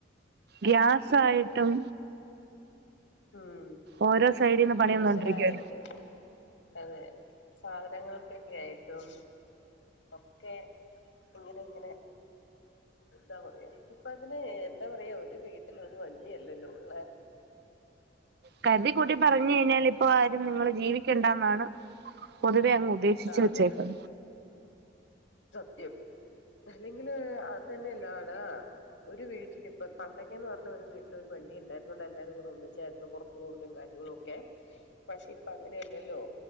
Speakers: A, on the right; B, on the left.
A: ഗ്യാസായിട്ടും
B: ഉം
A: ഓരോ സൈഡിന്ന് പണി
B: ഡീസലായിട്ട്
A: വന്നോണ്ടിരിക്കുവ
B: അതെ സാധനങ്ങൾക്കൊക്കെ ആയിട്ടും ഒക്കെ ഇങ്ങനെ ഇങ്ങനെ എന്താ പറയാ ഇപ്പൊ അതിന് എന്താ പറയാ ഒരു വീട്ടില് ഒരു വണ്ടിയല്ലല്ലോ ഉള്ളേ?
A: കര്തി കൂട്ടി പറഞ് കഴിഞ്ഞാൽ ഇപ്പോ ആ നിങ്ങള് ജീവിക്കണ്ടാന്നാണ് പൊത് തെഅങ്ങ് ഉദ്ദേശിച്ച്
B: ആ
A: വച്ചേക്ക
B: അതെ അതെ സത്യം അല്ലെങ്കില് അതെന്നെല്ലാടാ ഒരു വീട്ടിലിപ്പൊ പണ്ടൊക്കെന്ന് പറഞ്ഞ ഒരു വീട്ടില് ഒരു വണ്ടിണ്ടായിരുന്നുള്ളല്ലാരും കൂടെ ഒന്നിച്ചായിരുന്നു പുറത്തു പോവലും കാര്യങ്ങളൊക്കെ പക്ഷെ ഇപ്പ അങ്ങനെയല്ലല്ലോ